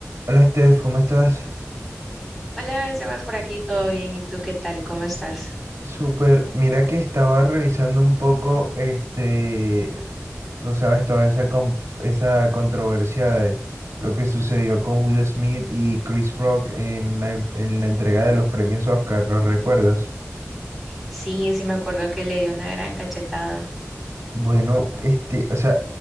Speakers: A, on the right (about 80°); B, in the centre.
A: Hola Steph, ¿cómo estás?
B: Hola, Sebas, por aquí, ¿todo bien? ¿Y tú qué tal? ¿Cómo estás?
A: Súper. Mira que estaba revisando un poco, este, tú sabes, toda esa, con- esa controversia de lo que sucedió con Will Smith y Chris Rock en la, en en la entrega de los premios Oscar, ¿los recuerdas?
B: Sí, sí me acuerdo que le dio una gran cachetada.
A: Bueno, este, o sea,